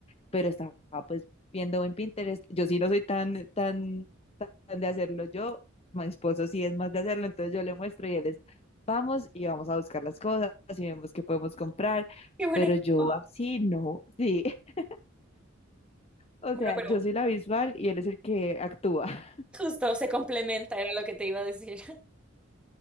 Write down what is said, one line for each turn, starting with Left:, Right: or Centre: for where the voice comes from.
Left: pero estaba pues viendo en Pinterest. Yo sí no soy tan, tan, tan de hacerlo yo, mi esposo sí es más de hacerlo, entonces yo le muestro y él es, vamos y vamos a buscar las cosas y vemos qué podemos comprar,
Centre: Qué buen
Left: pero
Centre: equipo.
Left: yo así no, sí. <laughs> O
Centre: Bueno,
Left: sea,
Centre: pero
Left: yo soy la visual y él es el que actúa. <laughs>
Centre: Justo, se complementa, era lo que te iba a decir.